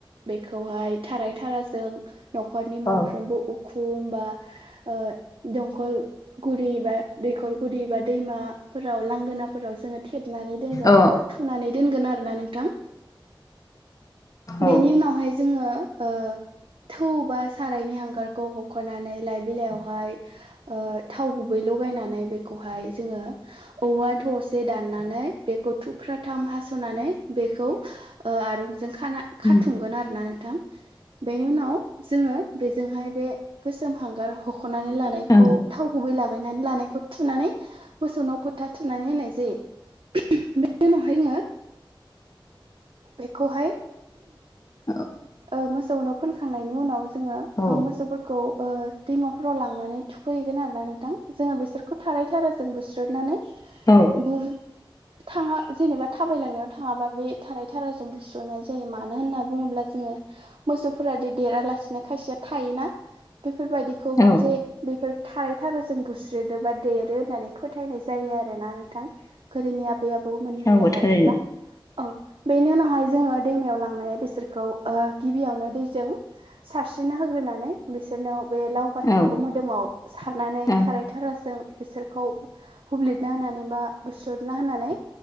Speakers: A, on the right; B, on the left.
A: बेखौहाय थाराय थाराजों न'खरनि मोनफ्रोमबो
B: औ
A: उखु बा ओ दंखल गुरि बा दैखर गुरि बा दैमाफोराव लांगोनाफोराव जोङो थेबनानै दोनगोन
B: औ
A: बा थुनानै दोनगोन आरोना नोंथां।
B: औ
A: बेनि उनावहाय जोङो ओ थौ बा सारायनि हांगारखौ हख'नानै लाइ बिलाइयावहाय ओ थाव गुबै लगायनानै बेखौहाय जोङो औवा थसे दाननानै बेखौ थुख्राथाम हास'नानै बेखौ ओ आरुंजों खाथुमगोन
B: उम
A: आरोना नोंथां। बेनि उनाव जोङो बेजोंहाय बे गोसोम हांगार हख'नानै लानायखौ
B: औ
A: थाव गुबै लागायनानै लानायखौ थुनानै मोसौ नाव फोथा थुनानै होनाय जायो। <unintelligible> बेनि उनावहाय जोङो बेखौहाय
B: <unintelligible>
A: ओ मोसौनो फोनखांनायनि उनाव जोङो
B: औ
A: मोसौफोरखौ खौ ओ दैमाफोराव लांनानै थुखैहैगोन आरो ना नोंथां, जोङो बेसोरखौ थारै थाराजों जों बुस्रुनानै
B: औ।
A: <unintelligible> थाङा जेनेबा थाबायलांनायाव थाङाबा बे थाराइ थाराजों बुस्र'नाय जायो मानो होनना बुङोब्ला? जोङो मोसौफोरादि देरालासिनो खायसेया थायोना बेफोरबायदिखौ
B: औ
A: जे बेफोर थारै थाराजों बुस्रोदो बा देरो होननानै फोथायनाय जायो आरोना नोंथां। <unintelligible> आबै आबौमोननि होननाय
B: औ
A: बादिब्ला
B: थारैनो
A: औ बेनि उनावहाय जोङो दैमायाव लांनाया बिसोर खौ गिबियावनो दैजों सारस्रिनो होग्रोनानै बिसोरनाव बे लाव फानथावखौ
B: औ
A: मोदोमाव सारनानै
B: औ
A: थाराय थाराजों बिसोरखौ हुब्लिरना होनानै बा बुस्रुदना होनानै।